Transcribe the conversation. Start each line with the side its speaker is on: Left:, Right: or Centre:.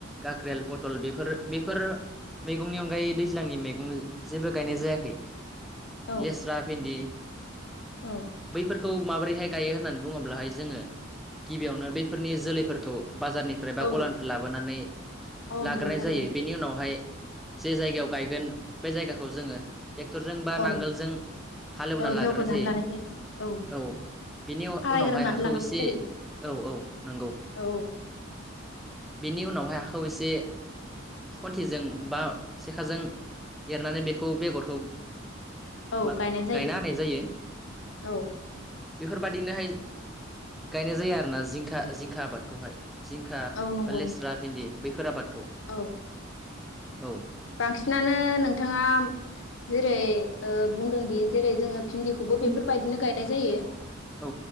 Centre: काक्रेल, पटल बेफोर बेफोर मैगंनि अनगायै दैज्लांनि मैगं जेबो गायनाय जायाखै।
Left: औ
Centre: लेस्रा, भिन्दि
Left: औ
Centre: बैफोरखौ माबोरैहाय गायो होननानै बुङोब्लाहाय जोङो गिबियावनो बैफोरनि जोलैफोरखौ बाजारनिफ्राय बा
Left: औ
Centre: गलानिफ्राय लाबोनानै
Left: औ
Centre: लाग्रोनाय
Left: नंगौ थारैनो
Centre: जायो। बेनि उनावहाय जे जायगायाव गायगोन बे जायगाखौ जोङो टेक्टरजों बा
Left: औ
Centre: नांगोलजों हालेवनानै
Left: औ हेवग्रोनानै
Centre: लाग्रोनाय जायो।
Left: लानाय जायो
Centre: औ बिनि
Left: खारायग्रोनानै
Centre: उनावहाय हा खौ
Left: लानांगौ
Centre: एसे
Left: जायो
Centre: औ औ नंगौ।
Left: औ
Centre: बेनि उनावहाय हाखौ एसे खन्थिजों बा सेखाजों एरनानै बेखौ बेगरखौ
Left: औ
Centre: मा
Left: गायनाय
Centre: गायना होनाय जायो।
Left: औ
Centre: बेफोरबादिनोहाय गायनाय जायो आरो ना जिंखा जिंखा आबादखौहाय। जिंखा
Left: औ नंगौ
Centre: बा लेस्रा भिन्दि बैफोर आबाद
Left: औ।
Centre: औ।
Left: बांसिनानो नोंथाङा जेरै ओ बुंदोंदि जेरै जोङो भिन्दिखौबो
Centre: औ
Left: बेफोरबायदिनो गायनाय जायो।
Centre: औ